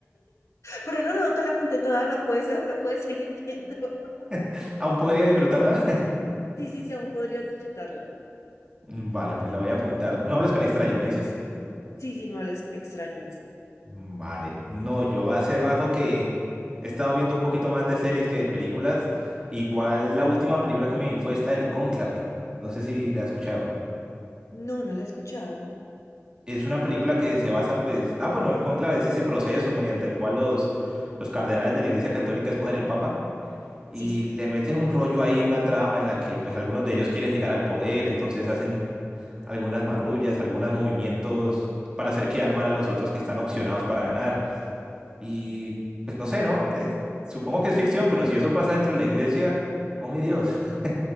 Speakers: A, on the left (about 75°); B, on the right (about 20°).
A: Pero no, no, no te la conté toda, la puedes, la, la puedes seguir viendo. <laughs>
B: <laughs> ¿Aún podría disfrutarla?
A: Sí, sí, sí, aún podrías disfrutarla.
B: <laughs> Vale, pues la voy a apuntar. No hables con extraños, ¿me dices?
A: Sí, sí, no hables con extraños.
B: Mm, Vale. No, yo hace rato que he estado viendo un poquito más de series que de películas. Igual la última película que me vi fue esta del Cónclave. No sé si la has escuchado.
A: No, no la he escuchado.
B: Es una película que se basa, pues. Ah, bueno, el Cónclave es ese proceso mediante el cual los, los cardenales de la Iglesia Católica escogen el Papa. y
A: Sí, sí.
B: le meten un rollo ahí, una trama en la que pues algunos de ellos quieren llegar al poder, entonces hacen algunas marrullas, algunos movimientos para hacer quedar mal a los otros que están opcionados para ganar. Y pues no sé, ¿no? Se- supongo que es ficción, pero si eso pasa dentro de la iglesia, oh mi Dios. <laughs>